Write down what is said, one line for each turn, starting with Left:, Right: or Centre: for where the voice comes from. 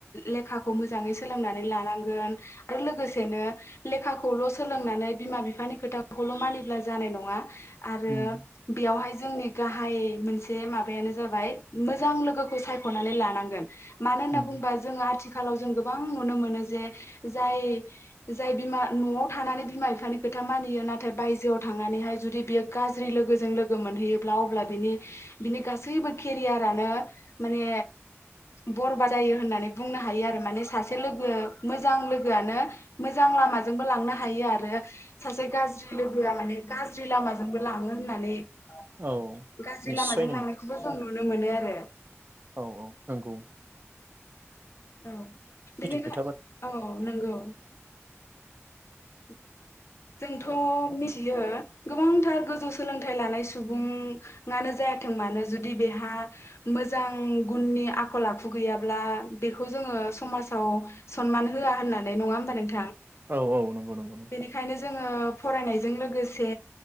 Left: लेखाखौ मोजाङै सो सोलोंनानै लानांगोन। गोर-लोगोसेनो लेखाखौल' सोलोंनानै बिमा बिफानि खोथाखौल' मानिब्ला जानाय नङा। आरो
Right: उम
Left: बेयावहाय जो जोंनि गाहाय मोनसे माबायानो जाबाय मोजां लोगोखौ सायख'नानै लानांगोन। मानो होनना
Right: उम
Left: बुङोबा जोङो आथि खालाव जों गोबां नुनो मोनो जे जाय-जाय बिमा न'आव थानानै बिमा बिफानि खोथा मानियो नाथाय बायजोआव थांनानैहाय जुदि बियो गाज्रि लोगोजों लोगो मोनहैयोब्ला अब्ला बिनि-बिनि गासैबो केरियारानो माने बरबा जायो होननानै बुंनो हायो आरो माने सासे लोगो मोजां लोगोआनो मोजां लामाजोंबो लांनो हायो आरो सासे गाज्रि लोगोआ माने गाज्रि लामाजोंबो लाङो होननानै ओं
Right: औ
Left: गाज्रि
Right: निस्सय
Left: लामाजों लांनायखौबो जों नुनो मोनो । जेराव
Right: औ-औ नोंगौ ।
Left: औ बेनिखाय
Right: खोथा बा
Left: औ नोंगौ । जोंथ' मिथियो। गोबांथार गोजौ सोलोंथाइ लानाय सुबुंआनो जायाथों मानो जुदि बेहा मोजां गुननि आखल आखु गैयाब्ला बेखौ जोङो समाजाव सनमान होआ होननानै नङा होमबा नोंथां?
Right: औ-औ नंगौ-नंगौ-नंगौ।
Left: बेनिखायनो जोङो फरायनायजों लोगोसे